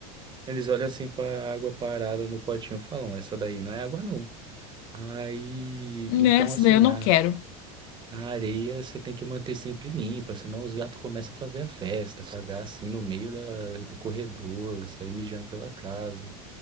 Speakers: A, on the right; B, on the left.
A: eles olham assim pra água parada no potinho e falam, essa daí não é água não. Aí,
B: <laughs> Nessa
A: então assim,
B: daí eu não quero.
A: A areia você tem que manter sempre limpa, senão os gatos começam a fazer a festa, cagar assim no meio da, do corredor, sair mijando pela casa.